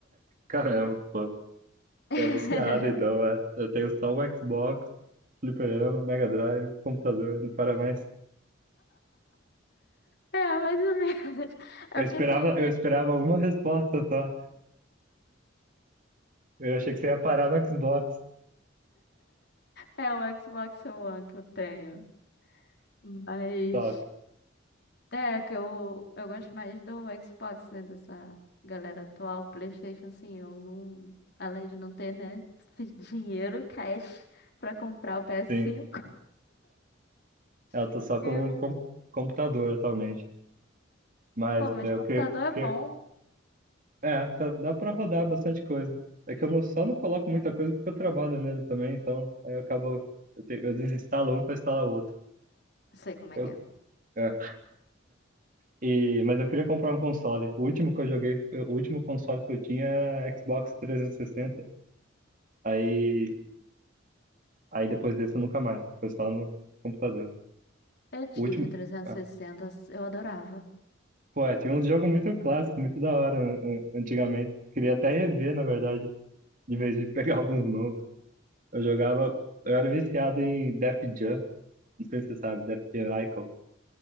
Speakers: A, on the right (about 45°); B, on the left (about 55°).
A: Caramba, pô.
B: <laughs>
A: É viciado, então, é. Eu tenho só o Xbox, fliperama, Mega Drive, computador, não para mais.
B: É, mais ou menos. É
A: Eu
B: porque
A: esperava,
B: assim,
A: eu esperava uma resposta só. Eu achei que você ia parar no Xbox,
B: É o Xbox One que eu tenho. Mas
A: só.
B: é que eu, eu gosto mais do Xbox, né? Dessa galera atual. PlayStation, assim, eu não. Além de não ter, né? <laughs> esse Dinheiro, cash, pra comprar o PS5,
A: Sim, eu tô
B: <laughs>
A: só com
B: eu.
A: um com computador atualmente. Mas
B: Pô, mas
A: eu
B: computador
A: que,
B: é
A: que
B: bom.
A: é, tá- dá pra rodar bastante coisa. É que eu não, só não coloco muita coisa porque eu trabalho nele também, então aí eu acabo, eu, te- eu desinstalo um pra instalar outro.
B: Sei como
A: Eu,
B: é que é.
A: é, E, mas eu queria comprar um console. O último que eu joguei, o último console que eu tinha era Xbox 360. Aí, aí depois desse eu nunca mais. Foi só no computador.
B: Eu tive
A: O último.
B: o 360,
A: ah,
B: eu adorava.
A: Pô, é, tinha uns jogos muito clássicos, muito da hora an- an- antigamente. Queria até rever, na verdade, de vez de pegar <laughs> alguns novos. Eu jogava. Eu era viciado em Def Jam. Não sei se você sabe, Def Jam Icon.